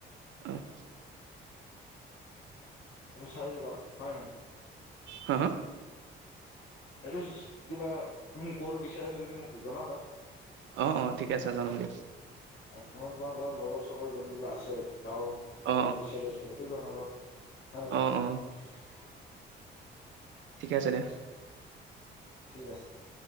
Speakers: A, on the right; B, on the left.
A: অহ
B: চাই যাবা হয় হয়
A: হা হা
B: এইটো কিবা তুমি কৰ বিচাৰিছো যদি মোক জনাবা।
A: অ অ ঠিকে আছে জনাম দিয়া
B: নহয় তোমাৰ তোমাৰ লগৰ চবৰ যদি বিলাক আছে, গাঁৱৰ
A: অ',
B: কো
A: অ',
B: বিচাৰি আছে কিনো জনাব। আৰু উম।
A: অ', অ', ঠিকে আছে দিয়া।
B: ঠিক আছে দিয়া